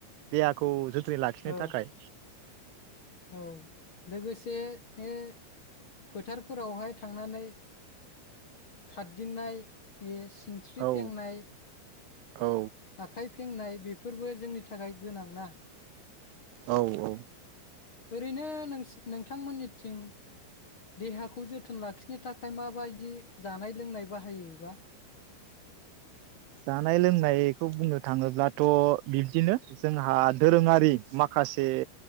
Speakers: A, on the right (about 80°); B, on the left (about 40°).
A: देहाखौ जोथोनै लाखिनो
B: औ
A: थाखाय
B: औ लोगोसे बे फोथारफोरावहाय थांनानै खारदिंनाय सिनस्रि
A: औ
B: फेंनाय
A: औ
B: आखाइ फेंनाय बेफोरबो जोंनि थाखाय गोनांना
A: औ औ
B: ओरैनो नों नोंथांमोननिथिं देहाखौ जोथोन लाखिनो थाखाय माबायदि जानाय लोंनाय बाहायोबा
A: जानाय लोंनायखौ बुंनो थाङोब्लाथ बिब्दिनो जोंहा दोरोङारि माखासे